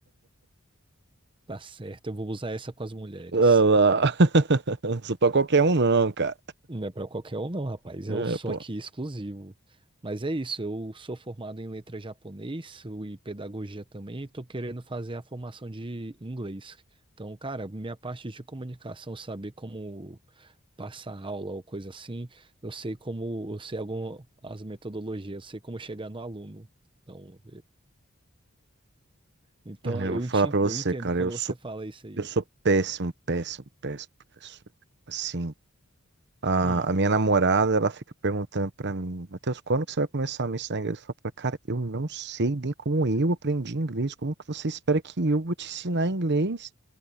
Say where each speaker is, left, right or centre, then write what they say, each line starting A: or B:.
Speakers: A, on the right; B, on the right.
A: tá certa. Eu vou usar essa com as mulheres.
B: Ah, <laughs> Não sou pra qualquer um, não, cara.
A: Não é para qualquer um, não, rapaz.
B: É,
A: Eu sou
B: pô.
A: aqui exclusivo. Mas é isso. Eu sou formado em letra japonês e pedagogia também. E tô querendo fazer a formação de inglês. Então, cara, minha parte de comunicação, saber como passar aula ou coisa assim, eu sei como, eu sei algumas metodologias, eu sei como chegar no aluno. Então, Então
B: Eu
A: eu,
B: vou falar
A: enti-
B: pra você,
A: eu entendo
B: cara,
A: quando
B: eu sou,
A: você fala isso aí.
B: eu sou péssimo, péssimo, péssimo professor. Assim, a,
A: Hum.
B: a minha namorada, ela fica perguntando pra mim, Matheus, quando que você vai começar a me ensinar inglês? Eu falo pra ela, cara, eu não sei nem como eu aprendi inglês, como que você espera que eu vou te ensinar inglês?